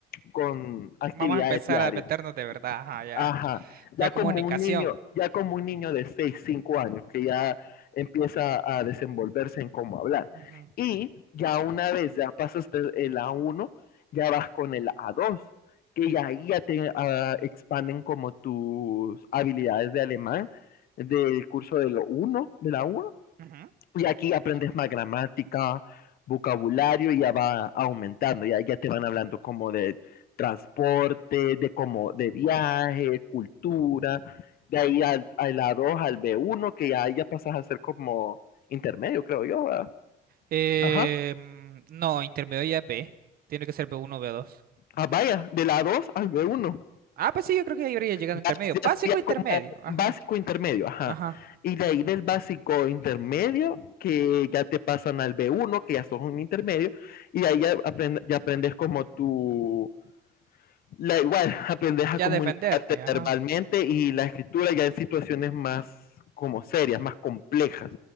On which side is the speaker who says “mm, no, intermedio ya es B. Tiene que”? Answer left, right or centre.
Right